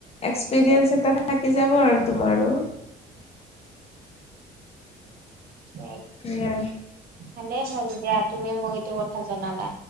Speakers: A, on the left; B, on the right.
A: এক্সপিৰিয়েঞ্চ এটা থাকি যাব আৰু তোমাৰো।
B: উম,
A: সেয়াই
B: উম হ'ল দিয়া তুমি মোক এইটো কথা জনালা।